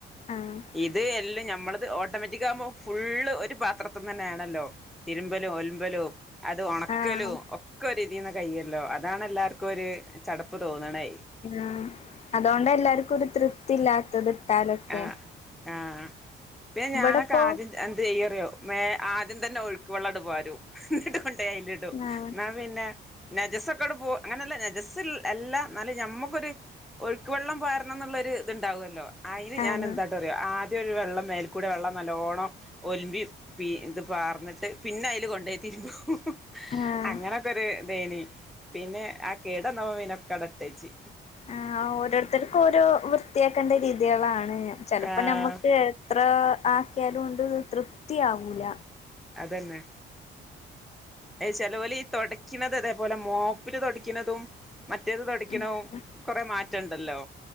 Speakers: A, on the left (about 35°); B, in the centre.
A: ആഹ്
B: ഇത് എല്ലാം നഞമ്മളത് ഓട്ടോമാറ്റിക് അമ്പോ ഫുള്ള് ഒരു പാത്രത്തി തന്നെയ ആണല്ലോ തിരുമ്പലും ഒലമ്പലും അത് ഉണക്കലും
A: ആഹ്
B: ഒക്കെ രീതിന്ന് കൈല്ലോ അതാണ് എല്ലാവർക്കും ഒരു ചടപ്പ് തോന്നണേ
A: ആ അതുകൊണ്ട് എല്ലാർക്കും ഒരു തൃപ്തി ഇല്ലാത്തത് ഇട്ടാലൊക്കെ
B: ആഹ് ആഹ് പിന്നെഞാനൊക്കെ
A: ഇവിടെപ്പോ
B: ആദ്യം എന്ത് ചെയ്യറിയോ മ ആദ്യം തന്നെ ഒഴുക്ക് വെള്ളംടു പരു എന്നിട്ട കൊണ്ടേ ഐലിഡും
A: ആഹ്
B: എന്നാ പിന്നെ നജസ ഒക്കെോട് പോ അങ്ങനെയല്ല നജസ് എല്ല എന്നാല മ്മക്കൊരു ഒഴുക്ക് വള്ളം പാരണംന്നുള്ളൊരു ത്ണ്ടാവല്ലോ അയിന്
A: ആഹ്
B: ഞാൻ എന്താട്ടറിയോ ആദ്യം ഒരു വെള്ളം മേൽക്കൂടെ വെള്ളം നല്ലോണം ഒൽമ്പി പീ ഇത് പാർന്നിട്ട് പിന്നെ അയില് കൊണ്ടേയിട്ട് തിര്മ്പുംഅങ്ങനെെ
A: ആഹ്
B: ക്കരു ഇതേനി പിന്നെ ആ കേടന്ന ഒക്കെഅടെ ഇട്ടേച്ച്
A: ആ ഓരോരുത്തർക്കും ഓരോ വൃത്തിയാക്കേണ്ട രീതിയളാണ് ചെലപ്പോ
B: ആഹ്
A: നമ്മക്ക് ത്ര ആക്കിയാലുണ്ട് തൃപ്തിയാവൂല
B: അതന്നെ എ ചെലോൽ ഇ തൊടക്ന്നത് ഇതേപോലെ മോപ്പില് തൊടക്കിണതും മറ്റേത് തൊടിക്കണോ
A: ആഹ്
B: കൊറേ മാറ്റംണ്ടല്ലോ